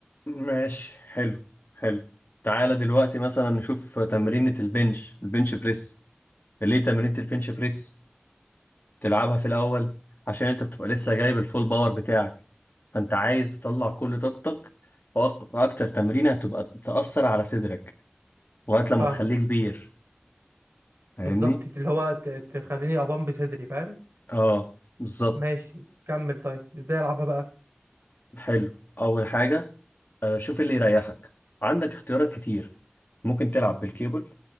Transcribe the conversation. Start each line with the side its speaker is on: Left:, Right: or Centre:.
Left: ماشي حلو حلو تعالى دلوقتي مثلا نشوف تمرينة البنش البنش بريس ليه تمرينة البنش بريس تلعبها في الاول عشان انت بتبقى لسه جايب الفول باور بتاعك فانت عايز تطلع كل طاقتك فأك- فاكتر تمرينه هتبقى تأثر على صدرك لغايه لما
Right: فاهمك
Left: تخليه كبير فاهمني
Right: بالظبط اللي هو ت- تخليني ابامب صدري فاهم
Left: اه بالظبط
Right: ماشي كمل طيب ازاي العبها بقى
Left: حلو اول حاجه آه، شوف اللي يريحك عندك اختيارات كتير ممكن تلعب بالكيبل